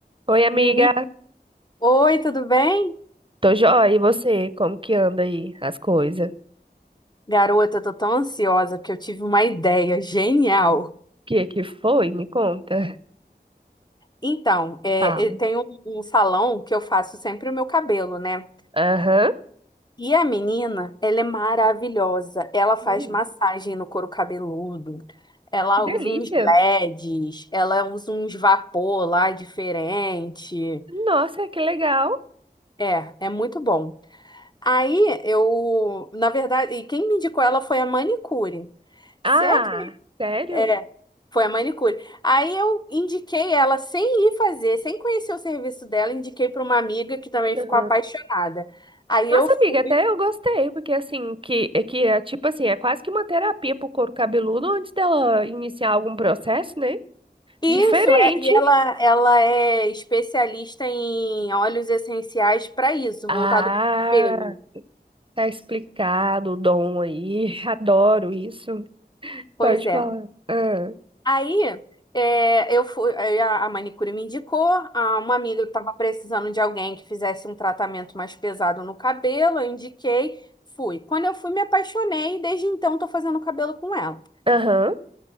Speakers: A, on the right; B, on the left.
A: Oi, amiga.
B: Meni... Oi, tudo bem?
A: Tô joia. E você? Como que anda aí as coisas? O
B: Garota, eu tô tão ansiosa porque eu tive uma ideia genial.
A: que que foi? Me conta.
B: Então, é,
A: Falo.
B: eu tenho um um salão que eu faço sempre o meu cabelo, né?
A: Aham.
B: E a menina, ela é maravilhosa. Ela faz
A: Hum,
B: massagem no couro cabeludo. Ela
A: que delícia.
B: usa uns LEDs, ela usa uns vapor lá diferente.
A: Nossa, que legal.
B: É, é muito bom. Aí eu, na verdade, e quem me indicou ela foi a manicure. Você
A: Ah, sério?
B: É, foi a manicure. Aí eu indiquei ela sem ir fazer, sem conhecer o serviço dela, indiquei para uma amiga que também
A: Aham.
B: ficou apaixonada. Aí
A: Nossa,
B: eu fui.
A: amiga, até eu gostei, porque assim, que, é que é tipo assim, é quase que uma terapia pro couro cabeludo antes dela iniciar algum processo, né?
B: Isso,
A: Diferente.
B: é, e ela, ela é especialista em óleos essenciais para isso,
A: Ah,
B: voltado para o cabelo.
A: tá explicado o dom aí. <laughs> Adoro isso.
B: Pois
A: Pode
B: é.
A: falar. Ah.
B: Aí é, eu fui, aí a, a manicure me indicou, a- uma amiga que estava precisando de alguém que fizesse um tratamento mais pesado no cabelo, eu indiquei, fui. Quando eu fui, me apaixonei e desde então estou fazendo cabelo com ela.
A: Aham,